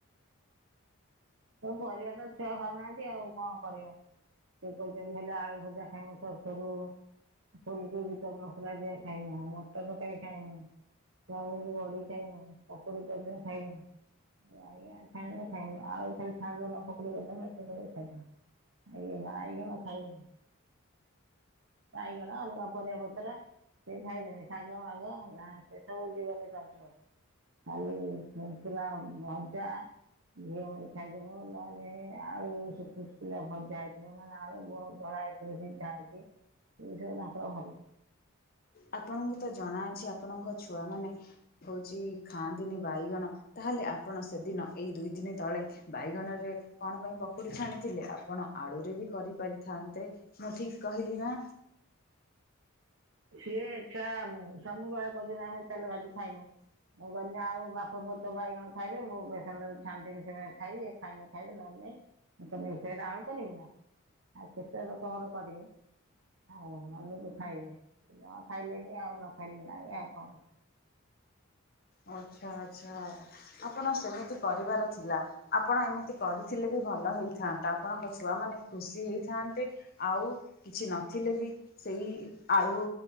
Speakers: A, on the right; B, on the left.
A: ତୋ ପରିବା ତ ଛୁଆ ଖାଉନାହାନ୍ତି ଆଉ କଣ କରିବ। ସେ କଛନ୍ତି ହେଲେ ଆଳୁ ଭଜା ଖାଇବୁ ସସରୁ। ଫୁଲକୋବି ତ ମସଲା ଦିଆ ଖାଇ ମଟର ତରକାରୀ ଖାଇନୀ। ବଡି ଖାଇବୁ ପୋଖରୀ ଖାଇବୁ। ଖାଇ ଆଉଛ ପୋକୋଡ଼ି ମିସେଇକି ଖାଇବୁ। <unintelligible> ଇଏ ବାଇଗଣ ଖାଇବେନି। ବାଇଗଣ ଅଲଗା ପରିବା ପତ୍ର ସେ ଖାଇବେନି ଶାଗ ମାଗ ନା ସେ <unintelligible> ଖାଲି ଶୁଖିଲା ଭଜା ଘିଅ ମାରି ଖାଇଦବୁ ନହେଲେ, ଆଳୁ ଶୁଖୁ ଶୁଖିଲା ଭଜା ହେଇଥିବ, ନହେଲେ ଆଳୁ ବ ଧଳା ହେଇଥିବ। <unintelligible> ଏ ସବୁ ତାଙ୍କର ଭଲ।
B: ଆପଣଙ୍କୁ ତ ଜଣାଅଛି ଆପଣଙ୍କ ଛୁଆ ମାନେ ହଉଛି ଖାଆନ୍ତିନି ବାଇଗଣ। ତାହାଲେ ଆପଣ ସେଦିନ ଏଇ ଦୁଇ ଦିନି ତଳେ ବାଇଗଣରେ କଣ ପାଇଁ ପକୁଡ଼ିଛାଣିଥିଲେ ଆପଣ ଆଳୁରେ ବି କରିପାରିଥାନ୍ତେ ମୁଁ ଠିକ କହିଲି ନା।
A: ସିଏ ଛୁଆ ସବୁବେଳେ କହୁଚିନା ଆମେ ଚାଲ ଆଜି ଖାଇବୁ। ମୁଁ ଗଲିି ଆଉ ବାପ ପୁଅ ତ ବାଇଗଣ ଖାଇବେ ମୁଁ ବେସନ ଛାଣିଦେବେ ସେ ଖାଇବି ଖାଇନି ଖାଇବେ ନହେ ନାଇଁ। ମୁଁ କହିଲି ଫେରେ ଆଳୁ କରିବି ନା ଆଉ କେତେ ଲୋକ ଙ୍କ ର କରିବି। ଆଉ ମନକୁ ଖାଇବେ ଏଇୟା ଖାଇଲେନି ଆଉ ନ ଖାଇଲେ ନାଇ ଆଉ କଣ କର
B: ଓ ଆଚ୍ଛା ଆଚ୍ଛା ଆପଣ ସେମିତି କରିବାର ଥିଲା। ଆପଣ ଏମିତି କରିଥିଲେ ବି ଭଲ ହେଇଥାନ୍ତା ଆପଣଙ୍କ ଛୁଆ ମାନେ ଖୁସି ହେଇଥାନ୍ତେ। ଆଉ କିଛି ନଥିଲେ ବି। ସେଇ ଇ ଆଳୁ